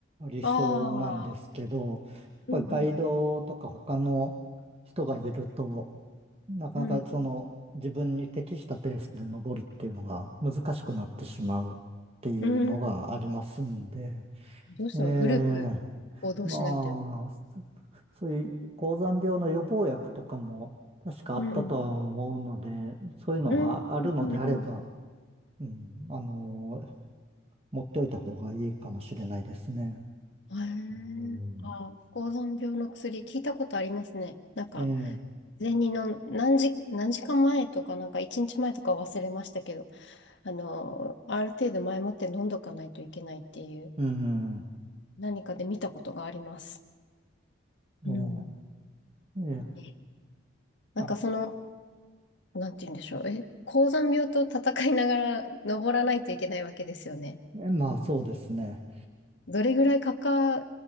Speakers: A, on the right; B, on the left.
A: 理想なんですけど、
B: ああ
A: やっぱりガイドとか他の人がいると、
B: ーうんうん
A: なかなかその自分に適したペースで登るっていうのが難しくなってしまうっていうのがありますんで、
B: うん。うん。どうしてもグループ
A: ええ
B: 行動しないと。
A: まあ、そ <laughs> そういう高山病の予防薬とかも確かあったとは思うので、
B: うん。
A: そういうのがあるのであれば、
B: うんうんうん
A: うん、あのー持っておいた方がいいかもしれないですね。
B: うん。
A: うん、
B: へえ、あー、高山病の薬、聞いたことありますね。なんか、
A: ええ、
B: 前にの何時、何時間前とか、なんか1日前とか忘れましたけど、あの、ある程度前もって飲んどかないといけないっていう、
A: うん、
B: 何かで見たことがあります。
A: ええ、
B: うん。
A: ええ、
B: えなんかその、
A: まあ、
B: なんて言うんでしょう。え、高山病と戦いながら登らないといけないわけですよね。
A: えまあそうですね。
B: どれぐらいかか、